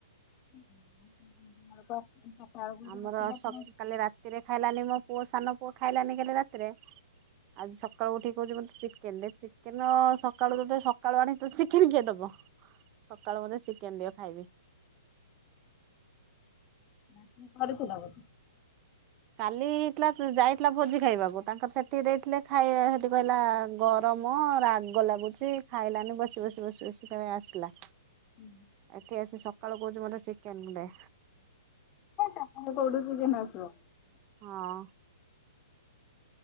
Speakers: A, on the left; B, on the right.
A: <inaudible>
B: ଆମର
A: ଆସିଲେ
B: ସ
A: ପୁଣି
B: କାଲି ରାତିରେ ଖାଇଲାନି ମୋ ପୁଅ ସାନ ପୁଅ ଖାଇଲାନି କାଲି ରାତିରେ ଆଜି ସକାଳୁ ଠିକ କହୁଛି ମତେ ଚିକେନ ରେ ଚିକେନ ସକାଳୁ ସକାଳୁ ଆଣି ଚିକେନ କିଏ ଦବ ସକାଳ ବୋଧେ ଚିକେନ ଦିଅ ଖାଇବି।
A: <inaudible>
B: କାଲିଇଥିଲା ଯାଇଥିଲା ଭୋଜି ଖାଇବାକୁ ତାଙ୍କର ସେଠି ଦେଇଥିଲେ ଖାଇ ସେଠି କହିଲା ଗ ରମ ରାଗ ଲାଗୁଛି ଖାଇଲାନି ବସି ବସି ବସି ବସି ଖାଇ ଆସିଲା।
A: <unintelligible>
B: ଏଠି ଆସି ସକାଳୁ କହୁଛି ମୋତେ ଚିକେନେ
A: ତାପ କୋଉଠୁ କି ଦିନ ଆସିବ।
B: ହଁ।